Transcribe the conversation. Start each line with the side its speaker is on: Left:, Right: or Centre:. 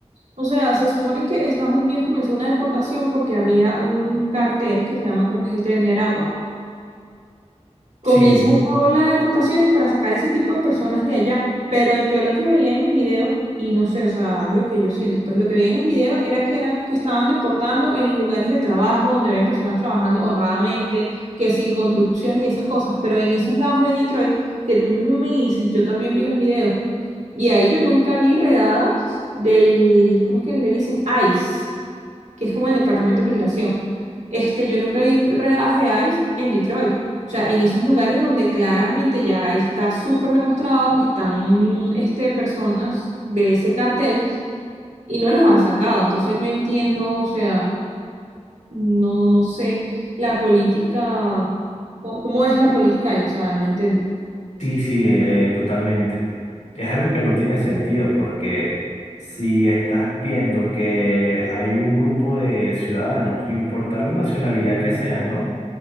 Right: O sea, se supone que Estados Unidos comenzó una deportación porque había un cartel que se llama, creo que es el Tren de Aragua. Comienza
Left: Sí,
Right: esa ola de deportaciones para sacar ese tipo de personas de allá. Pero yo lo que veía en los videos, y no sé, o sea, es lo que yo siento, pues lo que veía en los videos era que eran, que estaban deportando en lugares de trabajo donde habían personas trabajando honradamente, que si en construcciones y esas cosas, pero en esos lados de Detroit, que tú mismo me dices, yo también vi los videos, y ahí yo nunca vi redadas del, ¿cómo es que le dicen? ICE que es como el Departamento de Migración. Este, yo nunca vi redadas de ICE en Detroit. O sea, en esos lugares donde claramente ya está súper demostrado que están este, personas de ese cartel y no los han sacado. Entonces no entiendo, o sea, no, no sé la política, o- cómo es la política ahí, o sea, no entendí.
Left: sí, sí, eh, totalmente. Es algo que no tiene sentido porque si estás viendo que hay un grupo de ciudadanos, sin importar la nacionalidad que sean, ¿no?